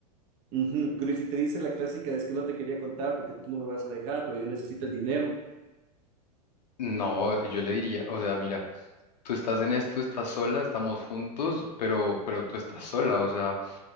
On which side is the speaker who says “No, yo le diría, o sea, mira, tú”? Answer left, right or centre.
Left